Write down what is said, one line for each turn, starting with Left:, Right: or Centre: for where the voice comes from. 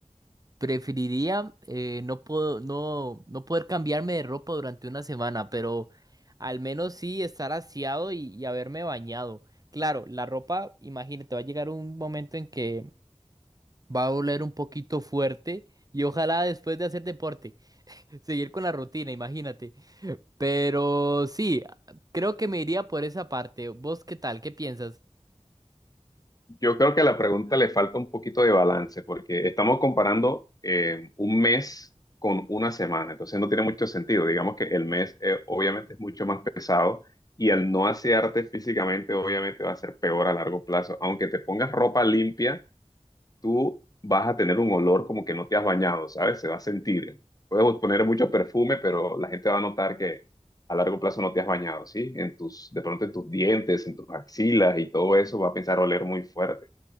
Right: preferiría eh, no puedo, no, no poder cambiarme de ropa durante una semana, pero al menos sí estar aseado y, y haberme bañado. Claro, la ropa, imagínate, va a llegar un momento en que Va a doler un poquito fuerte y ojalá después de hacer deporte, <laughs> seguir con la rutina, imagínate. Pero sí, creo que me iría por esa parte. ¿Vos qué tal? ¿Qué piensas?
Left: Yo creo que a la pregunta le falta un poquito de balance porque estamos comparando eh, un mes con una semana, entonces no tiene mucho sentido. Digamos que el mes eh, obviamente es mucho más pesado y al no asearte físicamente obviamente va a ser peor a largo plazo. Aunque te pongas ropa limpia, tú vas a tener un olor como que no te has bañado, ¿sabes? Se va a sentir. Puedes poner mucho perfume, pero la gente va a notar que a largo plazo no te has bañado, ¿sí? En tus, de pronto en tus dientes, en tus axilas y todo eso va a pensar oler muy fuerte